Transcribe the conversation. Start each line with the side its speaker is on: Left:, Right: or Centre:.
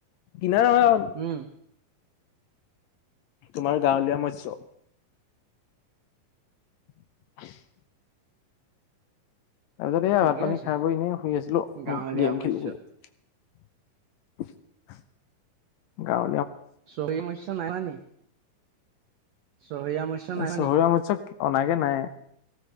Left: কিনা নহয়।
Right: উম
Left: তোমাৰ গাঁৱলীয়া মৎস্য। <unintelligible> তাৰ পিছত এই
Right: ঠিকে
Left: ভাত -পানী
Right: আছে
Left: খাই বৈ এনেই শুই আছিলো
Right: গাঁৱলীয়া
Left: মই গেম
Right: মৎস্য
Left: খেলিবলে। <unintelligible> গাঁ
Right: চহ মশা নাই নি <inaudible> চহিয়া মৎস্য নাই
Left: চহৰীয়া
Right: মানি?
Left: মৎস্য অনাগে নাই।